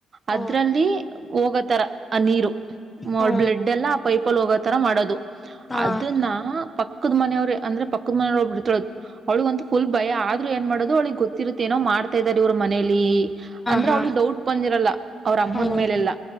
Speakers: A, on the left; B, on the right.
A: ಹ
B: ಅದ್ರಲ್ಲಿ ಹೋಗೋತರ ಅ ನೀರು ಮ
A: ಹ
B: ಬ್ಲೆಡ್ ಎಲ್ಲ ಪೈಪ್ ಅಲ್ ಹೋಗೋ ತರ ಮಾಡೋದು
A: ಹ ಹಾ
B: ಅದನ್ನ ಪಕ್ ಪಕ್ಕದ್ ಮನವ್ರು ಅಂದ್ರೆ ಪದ ಮನೆಲ್ ಒಬ್ಬಳು ಬಿಡ್ತಳ ಅವಳಗಂತ ಫುಲ್ ಭಯ ಆದ್ರೂ ಏನ್ ಮಾಡೋದು ಅವಳಿಗೆ ಗೊತ್ತಿರುತ್ತ ಏನೋ ಮಾಡ್ತಾ ಇದಾರೆ ಇವ್ರು ಮನೇಲಿ ಈ ಅಂದ್ರೆ
A: ಹ
B: ಅವಳಿಗೆ ಡೌಟ್ ಬಂದಿರಲ್ಲ ಅವ್ರ ಅಮ್ಮನ
A: ಹಾ ಹ್ಮ್
B: ಮೇಲೆಲ್ಲ